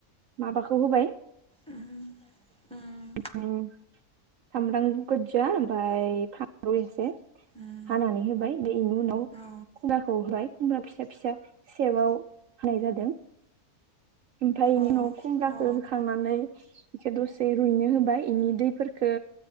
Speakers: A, on the right (about 65°); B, in the centre.
A: माबाखौ होबाय।
B: उम उम
A: सामब्राम गोजा ओमफ्राय फानलु एसे
B: उम
A: हानानै होबाय बे इनि उनाव
B: औ
A: खुमब्राखौ होबाय। खुमब्रा फिसा फिसा सेबाव हानाय जादों। ओमफ्राय इनि
B: अ
A: उनाव खमब्राखौ
B: अ
A: होखांनानै इखो एसे दसे रुइनो होबाय इनि दैफोरखो